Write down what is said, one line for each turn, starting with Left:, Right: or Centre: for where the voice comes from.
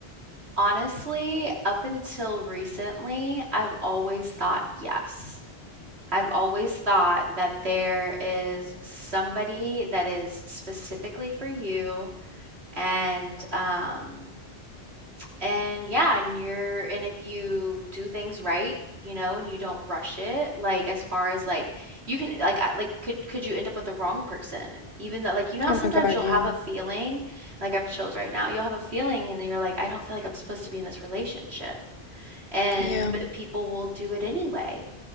Right: honestly, up until recently, I've always thought yes. I've always thought that there is somebody that is specifically for you and um And yeah, and you're, and if you do things right, you know, and you don't rush it, like as far as like you can, like, I- like could could you end up with the wrong person? Even though, like, you know how
Left: Oh
Right: sometimes
Left: my God,
Right: you'll
Left: yeah.
Right: have a feeling, like I have chills right now, you'll have a feeling, and then you're like, I don't feel like I'm supposed to be in this relationship, and
Left: Yeah.
Right: but people will do it anyway,